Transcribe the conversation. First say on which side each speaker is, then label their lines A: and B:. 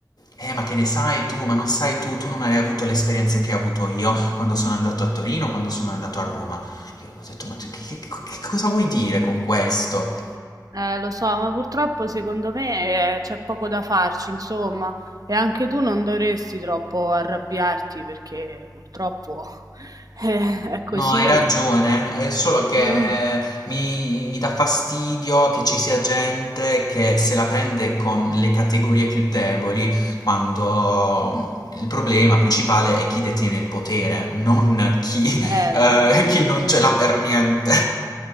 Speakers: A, on the left; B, on the right.
A: Eh, ma che ne sai tu? Ma non sai tu, tu non hai avuto le esperienze che ho avuto io quando sono andato a Torino, quando sono andato a Roma. Io ho detto, ma tu che- che- che cosa vuoi dire con questo?
B: Eh, lo so, ma purtroppo secondo me eh, c'è poco da farci, insomma. E anche tu non dovresti troppo arrabbiarti perché purtroppo <laughs> eh, è così.
A: No, hai ragione, è solo che
B: Mm.
A: mi, mi dà fastidio che ci sia gente che se la prende con le categorie più deboli, quando il problema principale è chi detiene il potere, non chi,
B: Eh,
A: eh,
B: già.
A: chi non ce l'ha per niente.